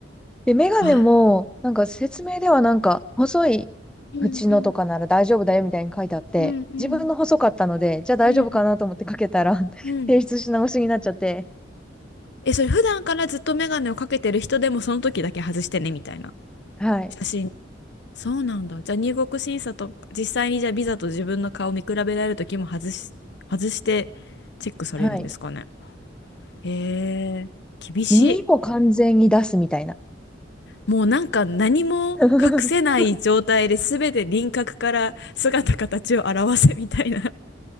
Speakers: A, in the centre; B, on the left.
A: で、メガネも、
B: <laughs> あ、
A: なんか説明ではなんか、細い
B: うんうん
A: 縁のとかなら大丈夫だよみたいに書いてあって、
B: うんうん
A: 自分の細かったので、じゃあ大丈夫かなと思ってかけたら
B: うん
A: <laughs>
B: うん
A: 提出し直しになっちゃって、
B: え、それ普段からずっとメガネをかけてる人でもその時だけ外してね、みたいな。
A: はい。
B: 写真そうなんだ。じゃあ入国審査と、実際にじゃあビザと自分の顔を見比べられるときも外し、外してチェックされるんですかね。
A: はい。
B: へえ、厳しい。
A: 耳も完全に出すみたいな。
B: もうなんか何も隠せない状態で全て輪郭から姿形を表せみたいな。
A: <laughs>